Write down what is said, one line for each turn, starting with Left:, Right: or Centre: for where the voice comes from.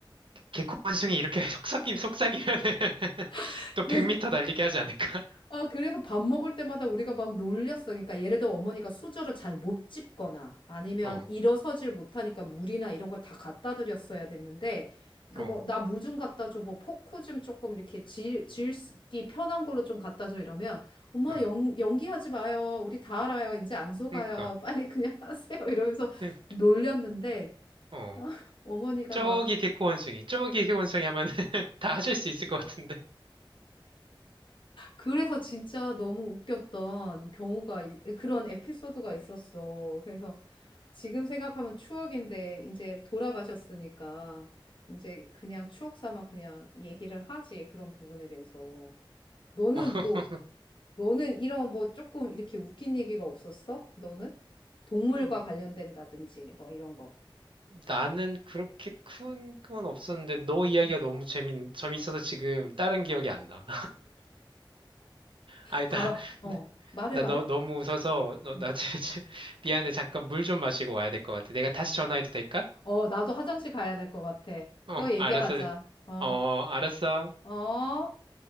Right: 개콘숭이 이렇게 <laughs> 속삭임, 속삭이면은 <laughs>
Left: <laughs>
Right: 또
Left: 그래서,
Right: 100m 달리게 하지 않을까?
Left: 아, 그래서 밥 먹을 때마다 우리가 막 놀렸어. 그러니까 예를 들어 어머니가 수저를 잘 못 집거나 아니면
Right: 어,
Left: 일어서질 못하니까 물이나 이런 걸 다 갖다 드렸어야 됐는데 그
Right: 어,
Left: 뭐 나 물 좀 갖다 줘. 뭐 포크 좀 조금 이렇게 질, 질기 편한 걸로 좀 갖다 줘 이러면 엄마
Right: 어.
Left: 연, 연기하지 마요. 우리 다 알아요. 이제 안 속아요.
Right: 그러니까.
Left: 빨리 그냥 <laughs> 하세요. 이러면서
Right: 네,
Left: 놀렸는데
Right: 어.
Left: 아, 어머니가
Right: 저기
Left: 막
Right: 개코원숭이, 저기 개코원숭이 하면 <laughs> 다 하실 수 있을 것 같은데.
Left: 그래서 진짜 너무 웃겼던 경우가 이- 그런 에피소드가 있었어. 그래서 지금 생각하면 추억인데 이제 돌아가셨으니까 이제 그냥 추억 삼아 그냥 얘기를 하지 그런 부분에 대해서 너는
Right: 어, <laughs>
Left: 뭐 너는 이런 뭐 조금 이렇게 웃긴 얘기가 없었어? 너는 동물과
Right: 어,
Left: 관련된다든지 뭐 이런 거.
Right: 나는 그렇게 큰 건 없었는데 너 이야기가
Left: 음,
Right: 너무 재밌, 재밌어서 지금 다른 기억이 안 나. 아니,
Left: 다음
Right: <laughs> 나,
Left: 어 말해
Right: 나
Left: 말해.
Right: 너, 너무 웃어서, 너,
Left: 음.
Right: 나, <laughs> 진짜 미안해. 잠깐 물 좀 마시고 와야 될 것 같아. 내가 다시 전화해도 될까?
Left: 어 나도 화장실 가야 될 것 같아.
Right: 어,
Left: 또 얘기하자.
Right: 알았어.
Left: 어
Right: 어, 알았어.
Left: 어.